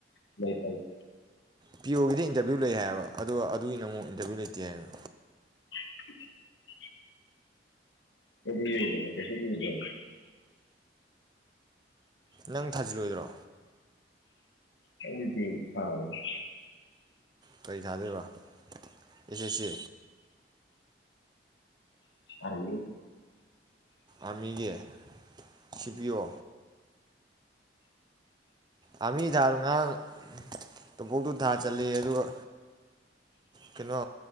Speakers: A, on the left (about 80°); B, on the right (about 25°).
A: ꯂꯩ ꯇꯅꯤ
B: ꯄꯤ ꯑꯣꯒꯤꯗꯤ ꯏꯟꯇꯔꯚꯤꯌꯨ ꯂꯩ ꯍꯥꯏꯌꯦꯕ ꯑꯗꯨꯒ ꯑꯗꯨꯒꯤꯅ ꯑꯃꯨꯛ ꯏꯟꯇꯔꯚꯤꯌꯨ ꯂꯩꯇꯦ ꯍꯥꯏꯌꯦꯕ
A: <inaudible> ꯂꯨꯏ ꯌꯥꯗꯃꯦ ꯀꯩꯁꯨ ꯂꯨꯗ ꯍꯥ
B: ꯅꯪ ꯊꯥꯖꯤꯜꯂꯣꯏꯗ꯭ꯔꯣ
A: ꯑꯦꯒꯤ ꯕꯦꯡꯇꯤ ꯇꯥꯔꯣꯢ
B: ꯀꯔꯤ ꯊꯥꯗꯦꯏꯕ ꯑꯦ ꯁꯦ ꯁꯤ
A: ꯑꯌꯦ
B: ꯑꯃꯤꯒꯤ ꯁꯤꯄꯤꯌꯣ ꯑꯥꯔꯃꯤ ꯊꯥꯔꯣ ꯉꯔꯥꯡ ꯇꯣꯕꯣꯛꯇꯨ ꯊꯥ ꯆꯠꯂ ꯑꯗꯨꯒ ꯀꯩꯅꯣ